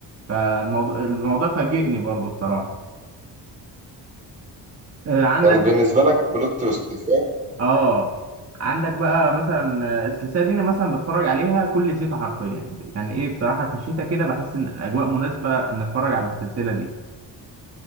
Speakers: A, on the right; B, on the right.
A: فالموضوع الموضوع فاجئني برضو بصراحة آه، عندك
B: كانت بالنسبة لك بلوت تويست فاهم
A: آه عندك بقى مثلا آه، السلسلة دي أنا مثلا بتفرج عليها كل شتاء حرفيا يعني إيه بصراحة في الشتاء كده بحس إن الأجواء مناسبة إن أتفرج على السلسلة دي